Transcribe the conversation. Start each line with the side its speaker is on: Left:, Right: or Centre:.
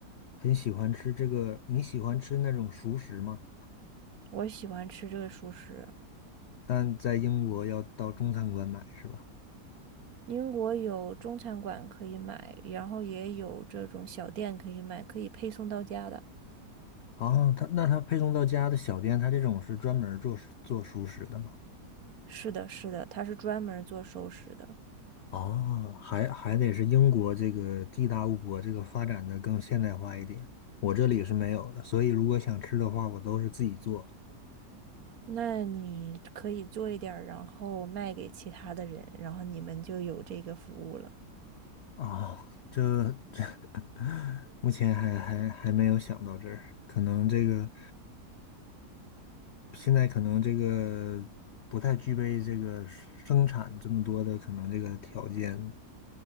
Left: 很喜欢吃这个，你喜欢吃那种熟食吗？
Right: 我喜欢吃这个熟食。
Left: 但在英国要到中餐馆买是吧？
Right: 英国有中餐馆可以买，然后也有这种小店可以买，可以配送到家的。
Left: 啊，它那它配送到家的小店，它这种是专门儿做熟做熟食的吗？
Right: 是的，是的，它是专门做熟食的。
Left: 哦，还还得是英国这个地大物博，这个发展的更现代化一点。我这里是没有的，所以如果想吃的话，我都是自己做。
Right: 那你可以做一点儿，然后卖给其他的人，然后你们就有这个服务了。
Left: 啊，这这 <laughs>，目前还还还没有想到这儿，可能这个现在可能这个不太具备这个生产这么多的可能这个条件，